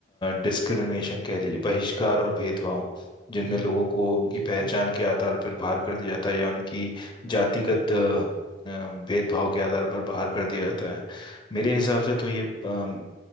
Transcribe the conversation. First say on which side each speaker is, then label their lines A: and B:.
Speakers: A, on the left; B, on the right.
A: डिस्क्रिमिनेशन कह लीजिए बहिष्कार और भेदभाव जिनमें
B: जी
A: लोगों को उनकी
B: जी
A: पहचान
B: जी
A: के आधार पर बाहर कर दिया जाता है या उनकी जातिगत अ, अ, भेदभाव के आधार पर बाहर कर दिया जाता है मेरे हिसाब से तो ये अम,